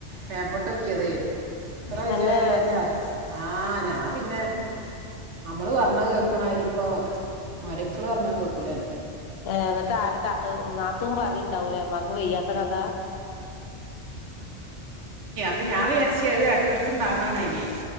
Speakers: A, on the right; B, on the left.
A: മേപ്പട്ട് നോക്കിയത് ഇത്ര വിചായിള്ളേച്ചാർ
B: തന്നെ
A: ആ ഞാൻ പിന്നെ നമ്മള് പറഞ്ഞത് കേക്കണമാരി ഇപ്പ മരക്കള് പറഞ്ഞാ കേക്കൂലല്ലോ
B: ഏ എന്നിട്ട് ആര് ത നാത്തൂൻ പറുണ്ടാവൂല്ലേ ഉമ്മാക്ക് വയ്യാത്ത കഥ
A: അപ്പൊ ഞാൻ വിരിച്ചത് അത് ഇടക്കിടക്ക് ഉണ്ടാകുന്നതാണ് അതിനെ